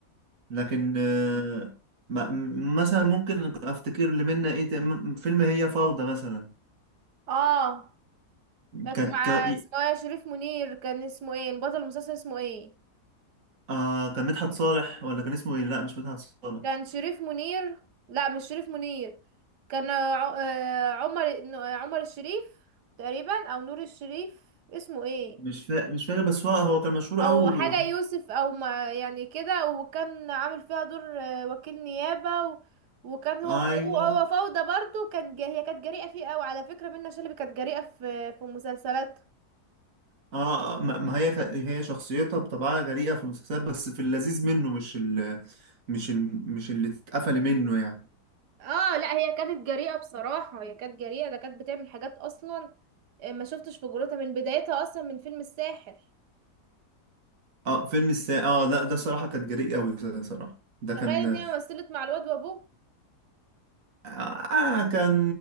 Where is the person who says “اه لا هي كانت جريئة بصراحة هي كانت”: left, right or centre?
Right